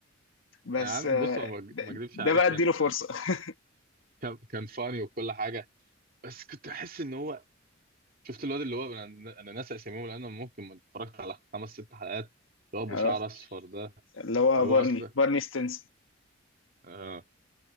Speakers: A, on the left; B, on the right.
A: بس
B: يا عم
A: آه،
B: بص انا ما
A: ده,
B: ما اكذبش
A: ده
B: عليك
A: بقى اديله
B: كان
A: فرصه <laughs>
B: كان كان فاني وكل حاجه بس كنت احس ان هو شفت الواد اللي هو انا انا ناسي اساميهم لان انا ممكن ما اتفرجت على خمس ست حلقات اللي هو ابو
A: آه،
B: شعر اصفر ده
A: اللي هو
B: اللي
A: بارني
B: هو اصلا
A: بارني ستينسون
B: آه